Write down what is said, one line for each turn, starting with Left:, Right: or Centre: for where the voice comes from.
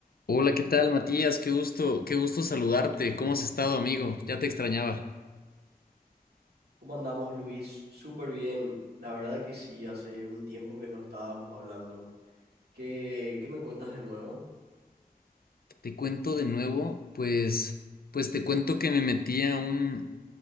Left: Hola, ¿qué tal, Matías? Qué gusto, qué gusto saludarte. ¿Cómo has estado, amigo? Ya te extrañaba.
Right: ¿Cómo andamos, Luis? Súper bien. La verdad que sí, hace un tiempo que no estábamos hablando. ¿Qué, qué me cuentas de nuevo?
Left: Te cuento de nuevo, pues, pues te cuento que me metí a un,